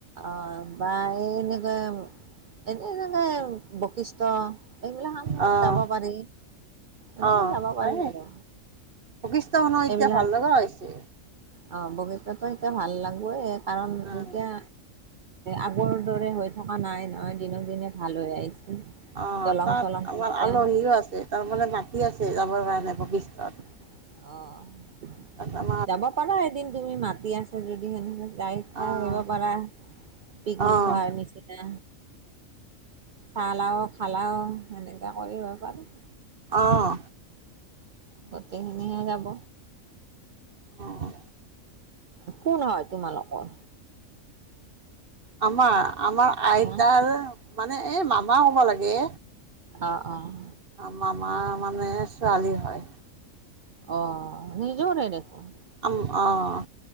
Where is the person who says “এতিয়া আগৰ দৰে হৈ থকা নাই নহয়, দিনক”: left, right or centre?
Right